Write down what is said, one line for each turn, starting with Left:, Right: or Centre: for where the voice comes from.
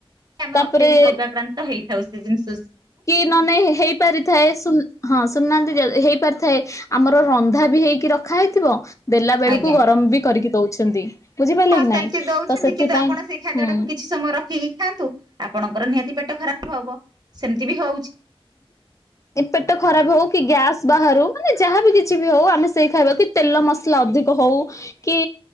Right: ଆମେ
Left: ତାପରେ
Right: ଅତ୍ୟଧିକ ଅଗାକ୍ରାନ୍ତ ହେଇଥାଉ ସେ ଜିନିଷ
Left: କି ନାନେ ହେଇପାରି ଥାଏ ହଁ ସୁନାନ୍ତି ହେଇ ପାରିଥାଏ ଆମର ରନ୍ଧା ବି ହେଇ କି ରଖା ହେଇଥିବ ଦେଲା ବେଳକୁ
Right: ଆଜ୍ଞା।
Left: ଗରମ ବି କରିକି ଦଉଛନ୍ତି ବୁଝିପାରିଲେ
Right: ହଁ
Left: କି
Right: ସେମିତି
Left: ନାଇଁ
Right: ଦଉଛନ୍ତି
Left: ତ ସେଥିପାଇଁ
Right: କିନ୍ତୁ ଆପଣ ସେଇ ଖାଦ୍ୟ
Left: ହୁଁ
Right: ଟାକୁ କିଛି ସମୟ ରଖ୍ ଠିକ ଖାଆନ୍ତୁ ଆପଣଙ୍କର ନିହାତି ପେଟ ଖରାପ ହବ ସେମିତି ବି ହଉ
Left: ପେଟ ଖରାପ ହଉ କି ଗ୍ୟାସ୍ ବାହାରୁ ମାନେ ଯାହାବି କିଛି ବି ହଉ ଆମେ ସେଇ ଖାଇବା କି ତେଲ ମସଲା ଅଧିକ ହଉ କି